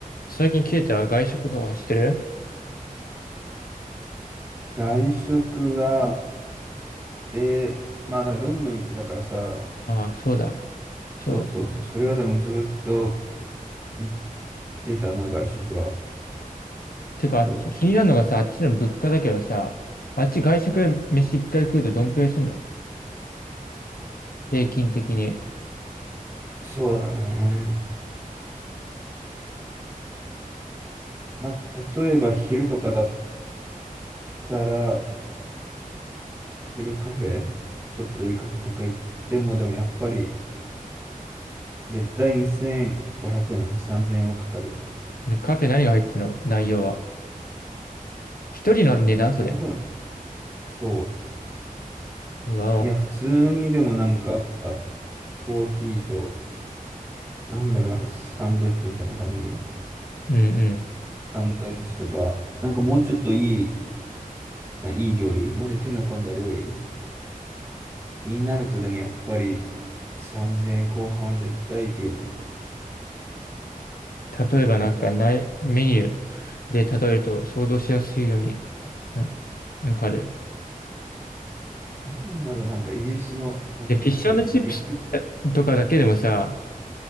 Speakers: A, on the left; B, on the right.
A: 最近切れた外食とかしてる
B: 外食は、で、まあ、なロンドン行ってたからさ、
A: ああ、そうだ。そうだ。
B: そうそうそう、それはでもずっと行ってたな、外食は。
A: てか、あっち、
B: そ
A: 気になるのがさ、あっちの物価だけどさ、あっち外食飯一回食うとどんくらいするの平均的に。
B: う、そうだね。まあ、例えば昼とかだったら、ひ昼カフェ、ちょっといいカフェとか行っても、でもやっぱり、絶対2500円、3000円はかかるよね。
A: ねカフェ何が入ってるの内容は。一人の値段それ。
B: いや、でも、そ
A: うわお。
B: う。いや、普通にでもなんか、コーヒーと、なんだろう、なんかサンドイッチみたいな感じ。
A: うんうん。
B: サンドイッチとか、なんかもうちょっといい、ないい料理、もうちょっと手の込んだ料理になるとでもやっぱり3000円後半は絶対行くよね。
A: 例えばなんか内、メニューで例えると想像しやすいように、な、なんかある。
B: なんだろう、なんかイギリスの、なんだっけ、
A: で、フィッシュチップス
B: エッグス、
A: とかだけでもさ、